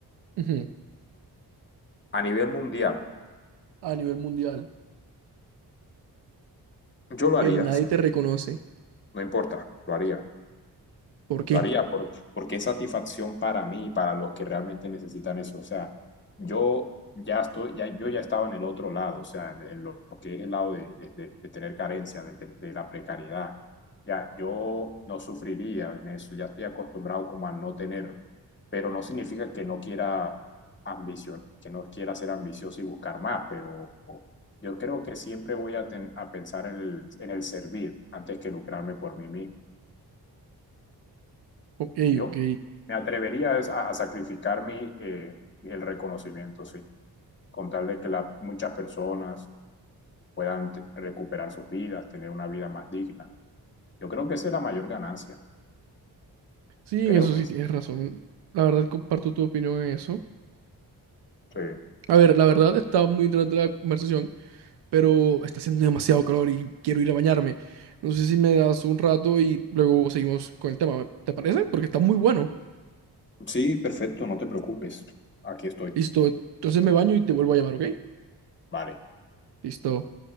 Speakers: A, on the right; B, on the left.
A: Ujú.
B: a nivel mundial.
A: A nivel mundial.
B: Yo lo
A: pero
B: haría.
A: nadie te reconoce.
B: No importa, lo haría.
A: ¿Por qué?
B: Lo haría por- porque es satisfacción para mí y para los que realmente necesitan eso. O sea, yo ya estoy, ya, yo ya estaba en el otro lado, o sea, en, en lo que es el lado de, de- de- de tener carencia, de, te- de la precariedad. Ya, yo no sufriría en eso, ya estoy acostumbrado como a no tener, pero no significa que no quiera ambición, que no quiera ser ambicioso y buscar más, pero yo creo que siempre voy a, ten- a pensar en el, en el servir antes que lucrarme por mí mismo.
A: Ok,
B: Yo
A: ok.
B: me atrevería a, a sacrificar mi, eh, el reconocimiento, sí, con tal de que la- muchas personas puedan recuperar sus vidas, tener una vida más digna. Yo creo que esa es la mayor ganancia.
A: Sí,
B: Creo
A: en eso
B: que
A: sí
B: sí.
A: tienes razón. La verdad comparto tu opinión en eso.
B: Sí,
A: A ver, la verdad está muy interesante la conversación, pero está haciendo demasiado calor y quiero ir a bañarme. No sé si me das un rato y luego seguimos con el tema. ¿Te parece? Porque está muy bueno.
B: Sí, perfecto, no te preocupes. Aquí estoy.
A: Listo. Entonces me baño y te vuelvo a llamar, ¿ok?
B: Vale.
A: Listo.